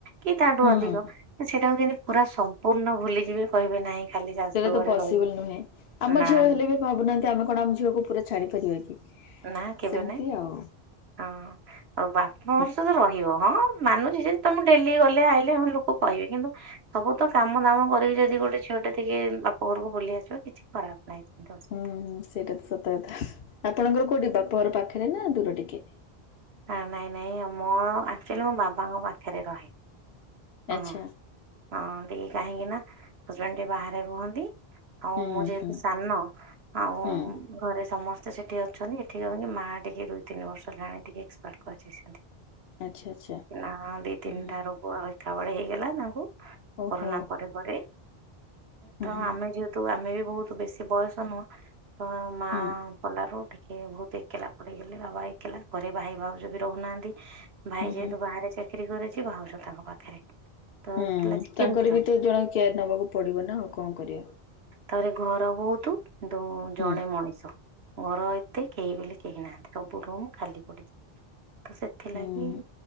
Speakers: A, on the right; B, on the left.
A: କି ତାଠୁ
B: ହୁଁ।
A: ଅଧିକ। ସେଇଟାକୁ କେମିତି ପୁରା ସମ୍ପୂର୍ଣ୍ଣ ଭୁଲିଯିବେ କହିବେ ନାହିଁ। ଖାଲି ଶାଶୁ
B: ସେଇଟା ତ
A: ଘରେ
B: ପସିବୁଲ
A: ରହିବେ
B: ନୁହେଁ ଆମ
A: ନା
B: ଝିଅ
A: ନା
B: ହେଲେ ବି ଭାବୁନାହାନ୍ତି ଆମେ କଣ ଆମ ଝିଅକୁ ପୁରା ଛାଡି ପାରିବା କି?
A: ନା କେବେ
B: ସେମିତି
A: ନାଇଁ,
B: ଆଉ
A: ହଁ। ଆଉ ବାପା
B: ହୁଁ
A: ଘର ସହିତ ରହିବ ହଁ ମାନୁଛି ଯଦି ତମ ଡେଲି ଗଲେ ଆଇଲେ ହ ଲୋକ କହିବେ କିନ୍ତୁ ସବୁ ତ କାମ ଦାମ କରିକି ଯଦି ଗୋଟେ ଝିଅଟେ ଟିକେ ବାପ ଘରକୁ ବୁଲି ଆସିବ କିଛି ଖରାପ ନାହିଁ ସେମିତି ଅସୁବିଧା
B: ହୁଁ, ସେଇଟା ତ ସତ କଥା ଆପଣଙ୍କର କୋଉଠି ବାପା ଘର ପାଖରେ ନା ଦୂର ଟିକେ?
A: ହ ନାଇଁ ନାଇଁ ମୋ ଆକ୍ଚୁଆଲି ମୋ ବାବାଙ୍କ ପାଖରେ ରହେ। ହଁ
B: ଆଚ୍ଛା
A: ହଁ ଟିକେ କାହିଁକି ନା ହଜବେଣ୍ଡ ଟିକେ ବାହାରେ ରୁହନ୍ତି। ଆଉ
B: ହୁଁ
A: ମୁଁ ଯେହେତୁ
B: ହୁଁ
A: ସାନ ଆଉ
B: ହୁଁ
A: ଘରେ ସମସ୍ତେ ସେଠି ଅଛନ୍ତି ଏଠି କଣ କି ମା ଟିକେ ରୁହେ ତିନି ବର୍ଷ ଗାଁ ରେ ଟିକେ। <unintelligible>
B: ଆଚ୍ଛା ଆଚ୍ଛା
A: ନାହାନ୍ତି
B: ହୁଁ
A: ତିନ
B: ହୁଁ।
A: ଟା ରୁ। <unintelligible> ହେଇଗଲା ତାଙ୍କୁ
B: ଓହୋ
A: କରୋନା ପରେ ପରେ
B: ହୁଁ
A: ତ
B: ହୁଁ
A: ଆମେ ଯ କିନ୍ତୁ ଆମେ ବି ବହୁତ ବେଶୀ ବୟସ ନୁହଁ ତ ମା
B: ହୁଁ।
A: ଗଲା ର ଟିକେ ବହୁତ୍ ଏକଲା ପଡ଼ିଗଲି ବାବା ଏକଲା ଘରେ ଭାଇ ଭାଉଜ ବି ରହୁନାହାନ୍ତି। ଭାଇ
B: ହୁଁ
A: ଯେହେତୁ
B: ହୁଁ
A: ବାହାରେ ଚାକିରି କରିଛି ଭାଉଜ ତାଙ୍କ ପାଖରେ ତ
B: ହୁଁ
A: ଏକେଲା ସେ କେମିତି
B: ତାଙ୍କର
A: ରହିବେ
B: ବି ତ ଜଣେ କେୟାର ନେବାକୁ ପଡିବ ନା ଆଉ କଣ କରିବା
A: ଥରେ ଘରେ ବହୁତ୍ କିନ୍ତୁ
B: ହୁଁ
A: ଜଣେ ମଣିଷ ଘର ଏତେ କେହି ବୋଲି କେହି ନାହାନ୍ତି ସବୁ ରୁମ୍ ଖାଲି ପଡ଼ିଛି ତ ସେଥିଲାଗି
B: ହୁଁ।